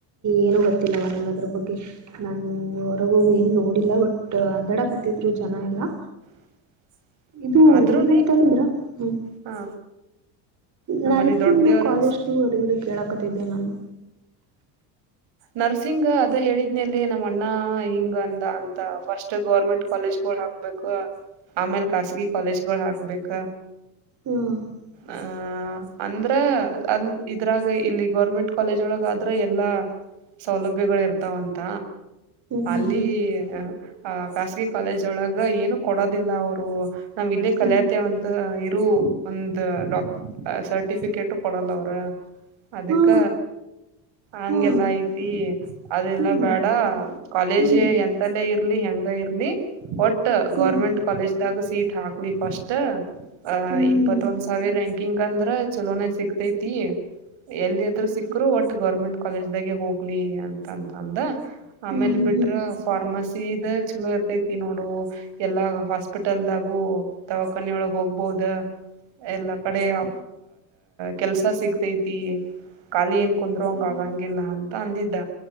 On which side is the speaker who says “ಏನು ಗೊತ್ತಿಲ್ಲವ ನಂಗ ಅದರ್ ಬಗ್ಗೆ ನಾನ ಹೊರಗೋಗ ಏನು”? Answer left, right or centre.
Right